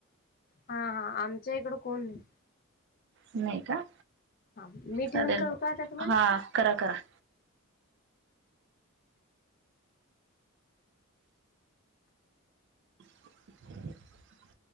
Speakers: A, on the left; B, on the right.
A: हा हा आमच्या इकड कोण नाही
B: नाही का
A: हा मी
B: चालेल
A: ठेवून करू का आता तुम्हाला
B: हा करा करा <unintelligible>